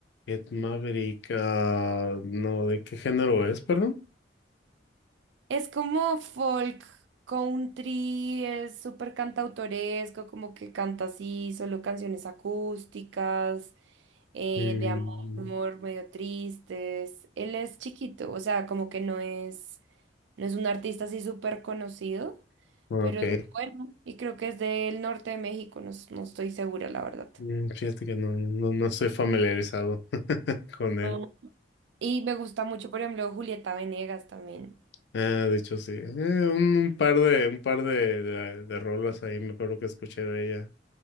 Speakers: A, on the left (about 70°); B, on the right (about 80°).
A: Ed Maverick, ah, no, ¿de qué género es, perdón?
B: Es como folk country, es súper cantautoresco, como que canta así, solo canciones acústicas, eh,
A: Mm,
B: de amor, medio tristes. Él es chiquito, o sea, como que no es, no es un artista así súper conocido,
A: ok.
B: pero es muy bueno y creo que es del norte de México, no, s- no estoy segura, la verdad.
A: Mm, Fíjate que no, no, no estoy familiarizado <laughs> con él.
B: Ah. Y me gusta mucho, por ejemplo, Julieta Venegas también,
A: Ah, de hecho, sí. Eh, un, un par de, un par de, de, de rolas ahí me acuerdo que escuché de ella.